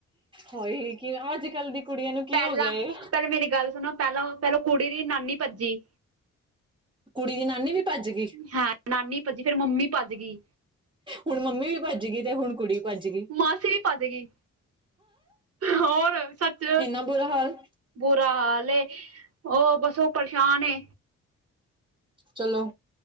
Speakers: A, on the right; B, on the right.
A: ਹਾਏ, ਕਿ ਅੱਜ-ਕੱਲ੍ਹ ਦੀ ਕੁੜੀਆਂ ਨੂੰ ਕੀ
B: ਪੈਲਾਂ,
A: ਹੋ ਗਿਆ ਏ
B: ਪੈਲਾਂ ਮੇਰੀ ਗੱਲ ਸੁਣੋ ਪੈਲਾਂ, ਪੈਲੋ ਕੁੜੀ ਦੀ ਨਾਨੀ ਭੱਜੀ।
A: ਕੁੜੀ ਦੀ ਨਾਨੀ ਵੀ ਭੱਜ ਗੀ।
B: ਹਾਂ, ਨਾਨੀ ਭੱਜੀ, ਫੇਰ ਮੰਮੀ। ਭੱਜ ਗਈ
A: ਹੁਣ ਮੰਮੀ ਵੀ ਭੱਜ ਗੀ, ਤੇ ਹੁਣ ਕੁੜੀ ਭੱਜ ਗੀ।
B: ਮਾਸੀ ਵੀ ਪਾਜਗੀ। ਹੋਰ, ਸੱਚ
A: ਇੰਨਾ ਬੁਰਾ ਹਾਲ।
B: ਬੁਰਾ ਹਾਲ ਏ, ਓਹ ਬਸ ਉਹ ਪਰੇਸ਼ਾਨ ਏ
A: ਚਲੋ,